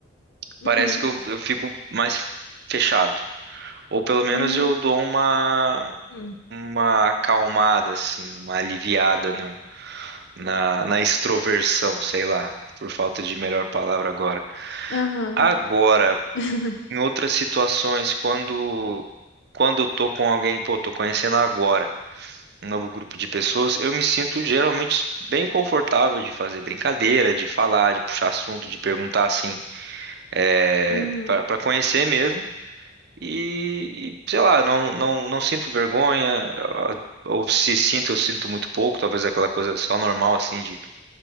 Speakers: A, on the left; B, on the right.
A: Uhum.
B: parece que eu, eu fico mais fechado. Ou pelo menos
A: Uhum.
B: eu dou uma,
A: Uhum.
B: uma acalmada, assim, uma aliviada na, na na extroversão, sei lá, por falta de melhor palavra agora.
A: Aham.
B: Agora,
A: <laughs>
B: Em outras situações, quando quando eu tô com alguém, pô, tô conhecendo agora um novo grupo de pessoas, eu me sinto geralmente bem confortável de fazer brincadeira, de falar, de puxar assunto, de perguntar assim, é,
A: Uhum.
B: para para conhecer mesmo. E, e, sei lá, não não não sinto vergonha, ah, ou se sinto, eu sinto muito pouco, talvez aquela coisa só normal assim de